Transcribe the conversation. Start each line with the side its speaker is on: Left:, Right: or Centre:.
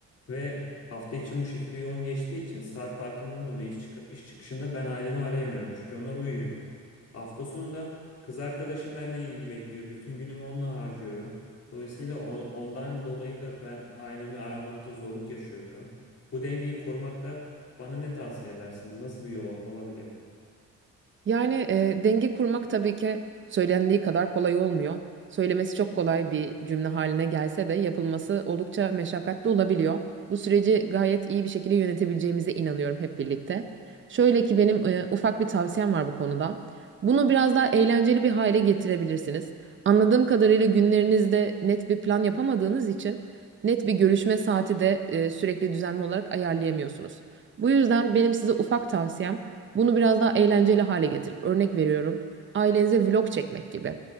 Left: Ve hafta için bu şekilde yoğun geçtiği için saat farkından dolayı iş, çık- iş çıkışında ben ailemi arayamıyorum. Çünkü onlar uyuyor. Hafta sonu da kız arkadaşım benden ilgi bekliyor. Bütün günümü onunla harcıyorum. Dolayısıyla o- ondan dolayı da ben ailemi aramakta zorluk yaşıyorum. Bu dengeyi korumakta bana ne tavsiye edersiniz? Nasıl bir yol alabilirim?
Right: Yani e, denge kurmak tabii ki söylendiği kadar kolay olmuyor. Söylemesi çok kolay bir cümle haline gelse de yapılması oldukça meşakkatli olabiliyor. Bu süreci gayet iyi bir şekilde yönetebileceğimize inanıyorum hep birlikte. Şöyle ki benim e, ufak bir tavsiyem var bu konuda. Bunu biraz daha eğlenceli bir hale getirebilirsiniz. Anladığım kadarıyla günlerinizde net bir plan yapamadığınız için net bir görüşme saati de e, sürekli düzenli olarak ayarlayamıyorsunuz. Bu yüzden benim size ufak tavsiyem bunu biraz daha eğlenceli hale getirip örnek veriyorum. Ailenize vlog çekmek gibi.